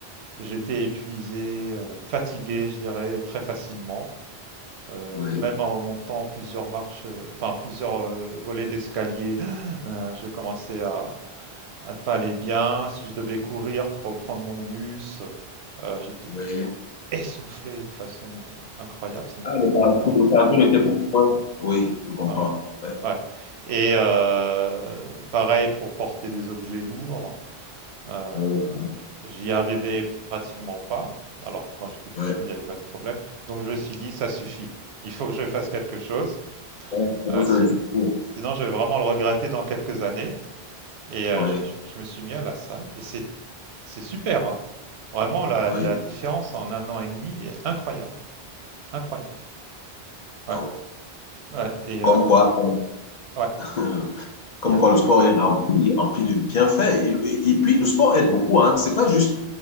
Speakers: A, on the right (about 85°); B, on the left (about 55°).
A: J'étais épuisé, euh, fatigué, je dirais, très facilement. Euh,
B: oui.
A: même en montant plusieurs marches, euh, enfin plusieurs euh, volets d'escalier, <gasps> euh, je commençais à, à ne pas aller bien. Si je devais courir pour prendre mon bus, euh, j'étais
B: oui.
A: essoufflé de façon euh, incroyable. Ça me
B: Ah,
A: faisait
B: le cardio,
A: peur des
B: le
A: fois.
B: cardio n'était pour moi. Oui, je comprends.
A: Ouais,
B: Ouais.
A: ouais. Et euh, pareil pour porter des objets lourds. Euh,
B: Oui,
A: j'y arrivais pratiquement pas, alors que quand j'étais plus
B: oui.
A: jeune, il n'y avait pas de problème. Donc je me suis dit, ça suffit. Il faut que je fasse quelque chose.
B: On peut
A: Euh, si-
B: se laisser pour.
A: sinon, je vais vraiment le regretter dans quelques années. Et euh,
B: Oui,
A: je, je- je me suis mis à la salle. Et c'est c'est super. hein. Vraiment, la,
B: oui.
A: la différence en un an et demi est incroyable. Incroyable. Ouais.
B: Donc,
A: Ouais. Et
B: Comme
A: euh,
B: quoi,
A: ouais.
B: <laughs> Comme
A: Il y a-
B: quoi, le sport est rempli, rempli de bienfaits. Et, et- et puis, le sport aide beaucoup. Hein. C'est pas juste,